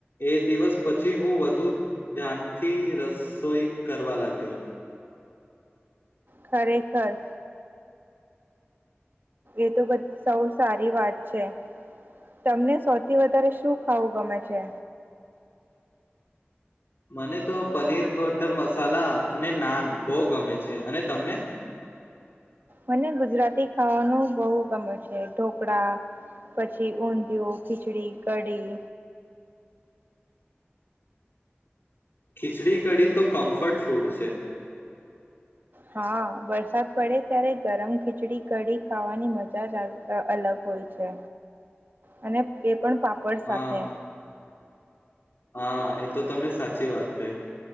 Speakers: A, on the left (about 60°); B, on the right (about 50°).
A: એ દિવસ પછી હું વધુ ધ્યાનથી રસોઈ કરવા લાગ્યો.
B: ખરેખર. એ તો બ સૌ સારી વાત છે. તમને સૌથી વધારે શું ખાવું ગમે છે?
A: મને તો પનીર બટર મસાલા અને નાન બહુ ગમે છે, અને તમને?
B: મને ગુજરાતી ખાવાનું બહુ ગમે છે ઢોકળા પછી ઊંધિયું, ખીચડી, કઢી.
A: ખીચડી કડી તો કમ્ફર્ટ ફૂડ છે.
B: હા વરસાદ પડે ત્યારે ગરમ ખીચડી કઢી ખાવાની મજા જ અ અલગ. હોય છે. અને એ પણ પાપડ
A: હા
B: સાથે.
A: હા એ તો તમે સાચી વાત કહીં.